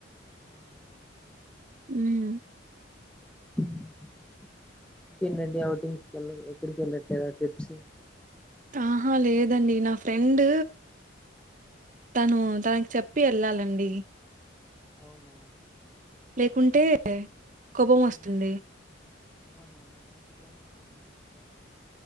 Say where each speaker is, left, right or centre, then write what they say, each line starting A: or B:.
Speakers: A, in the centre; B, on the right (about 40°).
A: అవునా
B: ఉమ్
A: <inaudible> ఇంకేంటండి అవుటింగ్స్ కెళ్ళ ఎక్కడి కెళ్ళట్లేదా ట్రిప్స్
B: ఆహా లేదండి నా ఫ్రెండ్ తను తనకి చెప్పి యెళ్ళాలండి
A: అవునా
B: లేకుంటే
A: మంచి
B: కోపం వస్తుంది
A: ఉమ్ అవునా మంచి ఫ్రెండ్స్ అండి మంచి ఫ్రెండ్స్